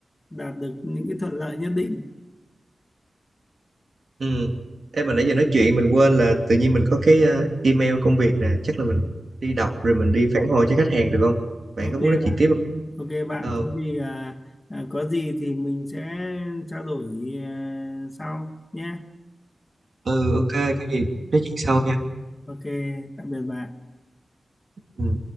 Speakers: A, on the left; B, on the right.
A: đạt được những cái thuận lợi nhất định
B: ừ. Em mà nãy giờ nói chuyện mình quên là tự nhiên mình có cái ờ, email công việc nè chắc là mình đi đọc rồi mình đi phản hồi cho khách hàng được không bạn
A: ok
B: có muốn nói
A: bạn
B: chuyện tiếp không
A: ok bạn
B: ờ
A: thế thì à, à, có gì thì mình sẽ trao đổi à, sau nhé
B: ừ, ok có gì nói chuyện sau nha
A: ok tạm biệt bạn
B: Ừ.